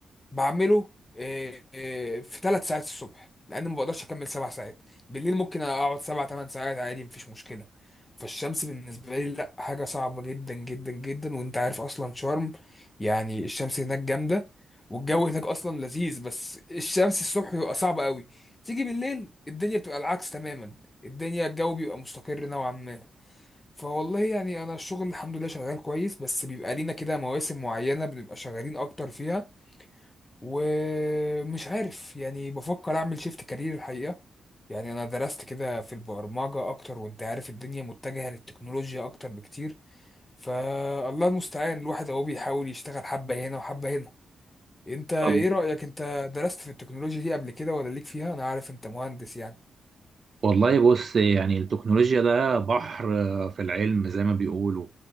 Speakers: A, on the left; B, on the right.
A: بعمله آه، آه، في ثلاث ساعات الصبح لان ما بقدرش اكمل سبع ساعات بالليل ممكن اقعد سبع ثمان ساعات عادي مفيش مشكله فالشمس بالنسبه لي لا حاجه صعبه جدا جدا جدا وانت عارف اصلا شرم يعني الشمس هناك جامده والجو هناك اصلا لذيذ بس الشمس الصبح بيبقى صعب قوي تيجي بالليل الدنيا بتبقى العكس تماما الدنيا الجو بيبقى مستقر نوعا ما فوالله يعني انا الشغل الحمد لله شغال كويس بس بيبقى لينا كده مواسم معينة بنبقى شغالين اكتر فيها ومش عارف يعني بفكر اعمل شيفت كارير الحقيقة يعني انا درست كده في البرمجة اكتر وانت عارف الدنيا متجهة للتكنولوجيا اكتر بكتير فالله المستعان الواحد اهو بيحاول يشتغل حبة هنا وحبة هنا انت ايه
B: طب
A: رأيك انت درست في التكنولوجيا دي قبل كده ولا ليك فيها انا عارف انت مهندس يعني
B: والله بص يعني التكنولوجيا ده بحر آه، في العلم زي ما بيقولوا